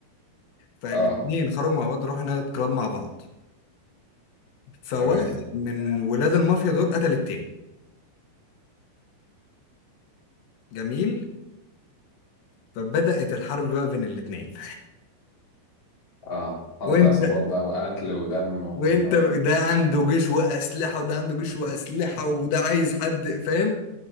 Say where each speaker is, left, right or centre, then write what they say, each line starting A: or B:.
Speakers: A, on the left; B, on the left.
A: فالاتنين
B: اه
A: خرجوا مع بعض راحوا نايت كلاب مع بعض فواحد
B: تمام
A: من ولاد المافيا دول قتل التاني جميل فبدأت الحرب بقى بين الاتنين
B: اه حرب
A: <laughs> وانت
B: عصابات بقى وقتل ودم و
A: وانت ده عنده جيش واسلحه وده عنده جيش واسلحه وده عايز حد فاهم